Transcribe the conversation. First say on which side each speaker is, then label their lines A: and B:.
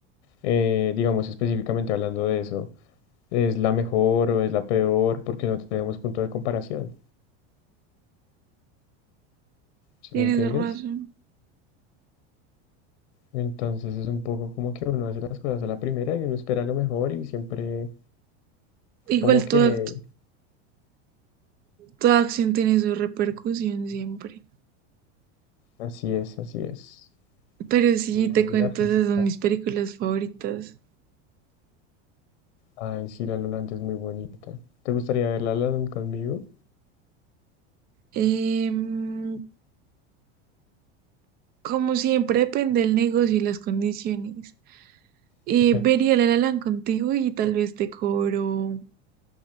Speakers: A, on the left; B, on the right.
A: eh, digamos específicamente hablando de eso, es la mejor o es la peor, porque no tenemos punto de comparación, ¿sí
B: Tienes
A: me entiendes?
B: razón.
A: Entonces es un poco como que uno hace las cosas a la primera y uno espera lo mejor y siempre
B: Igual
A: como que
B: toda, act- toda acción tiene su repercusión siempre.
A: así es, así es.
B: Pero sí,
A: Ley
B: te cuento,
A: de la física.
B: esas son mis películas favoritas.
A: Ay, sí, la Lolanda es muy bonita. ¿Te gustaría ver la Lolanda conmigo?
B: Em, como siempre, depende del negocio y las condiciones. Eh,
A: <laughs>
B: vería la La Land contigo y tal vez te cobro